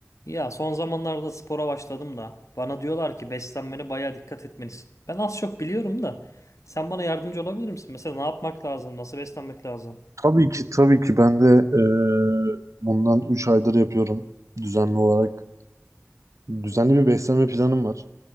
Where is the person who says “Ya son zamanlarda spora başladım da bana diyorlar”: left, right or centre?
Left